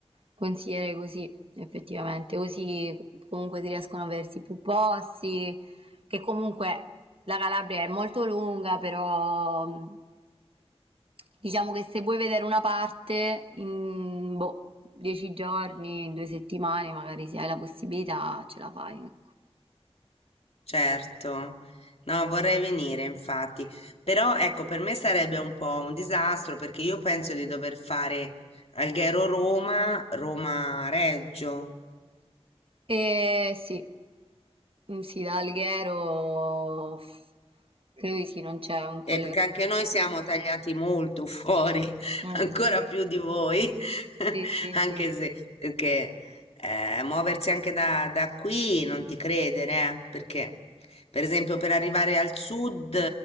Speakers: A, on the right; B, on the left.
A: consiglierei così, effettivamente. Così comunque si riescono ad aversi più posti, che comunque la Calabria è molto lunga, però, mhmm, diciamo che se vuoi vedere una parte in, boh, 10 giorni, 2 settimane, magari se hai la possibilità ce la fai, ecco.
B: Certo, no, vorrei venire infatti, però ecco, per me sarebbe un po' un disastro perché io penso di dover fare Alghero-Roma, Roma-Reggio.
A: Ehm, sì. Mhmm, sì, da Alghero credo di sì, non c'è un collegamento.
B: Eh, perché anche noi siamo tagliati molto fuori, <laughs>
A: Mh,
B: ancora più di voi, <laughs>
A: sì, sì,
B: anche
A: sì.
B: se perché eh, muoversi anche da, da qui non ti credere, eh, perché per esempio per arrivare al sud,